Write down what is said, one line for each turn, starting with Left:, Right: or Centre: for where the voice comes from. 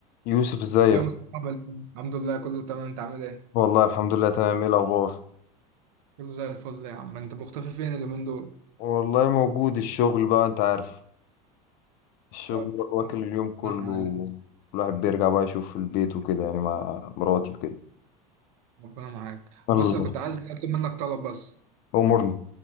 Left: يوسف ازيك
Right: يا مصطفى عامل إيه؟ الحمد لله كله تمام انت عامل ايه؟
Left: والله الحمد لله تمام ايه الاخبار
Right: كله زي الفل يا عم انت مختفي فين اليومين دول؟
Left: والله موجود الشغل بقى انت عارف الشغل
Right: طب
Left: واكل
Right: كويس.
Left: اليوم كله
Right: ربنا معاك
Left: الواحد بيرجع بقى يشوف في البيت وكده يعني مع مراتي وكده
Right: ربنا معاك
Left: الله
Right: بس أنا كنت عايز اطلب منك طلب بس
Left: امورني